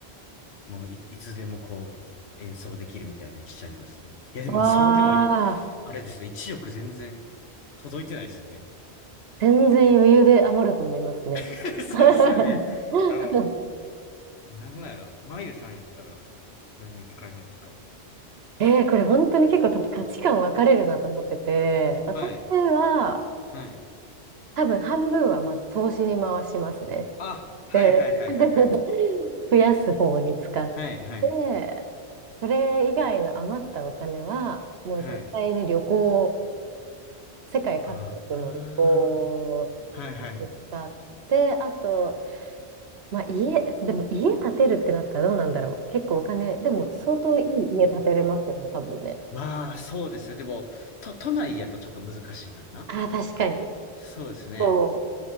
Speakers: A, on the left; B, on the right.
A: もうい、いつでもこう、演奏できるみたいにしちゃいますね。いや、でもそれでも、
B: わあ、
A: あれですよ。1億全然届いてないですよね。
B: 全然余裕で余ると思いますね。
A: <laughs>
B: <laughs>
A: そうですよね。あの、なんなんやろ。まゆさんやったら、何に使いますか
B: えー、これ本当に結構多分価値観分かれるなと思ってて、私は
A: はい。はい。
B: 多分半分はまず投資に回しますね。
A: あ、はいはいはいはいはい。
B: で、<laughs> 増やす方に使って、
A: はいはい。
B: それ以外の余ったお金は、もう絶対に旅行、
A: はい。
B: 世界各国の旅行
A: ああ、はいはい。
B: を使って、あと、まあ家、でも家建てるってなったらどうなんだろう。結構お金、でも相当いい家建てれますよね、多分ね。
A: まあ、そうですね。でも、と、都内やとちょっと難しいかな。
B: ああ、確かに。
A: そうですね。
B: そう、